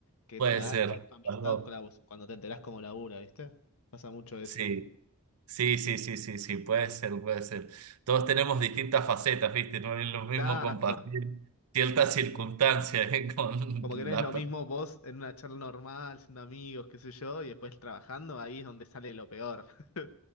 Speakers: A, on the left; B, on the right.
A: que
B: Puede
A: nada
B: ser.
A: tu amistad
B: Algo-
A: con la- bus- cuando te enterás como labura, ¿viste? Pasa mucho eso.
B: Sí, sí, sí, sí, sí, sí, puede ser, puede ser. Todos tenemos distintas facetas, ¿viste? No es lo mismo
A: Claro,
B: compartir ciertas circunstancias, ¿eh? <laughs> con
A: como que no
B: la
A: es lo
B: per-
A: mismo vos en una charla normal, siendo amigos, qué sé yo, y después trabajando, ahí es donde sale lo peor. <laughs>